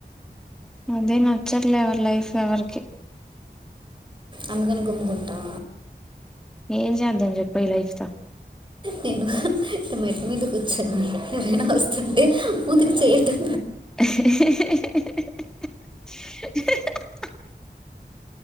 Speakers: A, in the centre; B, on the right.
A: అదే నచ్చట్లే ఎవరి లైఫ్ ఎవరికి
B: అందుకని గుమ్ముకుంటావా
A: ఏం చేద్దాం చెప్పు ఈ లైఫ్ తో
B: నేను ఇట మెట్ల మీద కూర్చొని ఎవరైనా వస్తుంటే మూతికి చేయ్యి అడ్డం
A: <inaudible>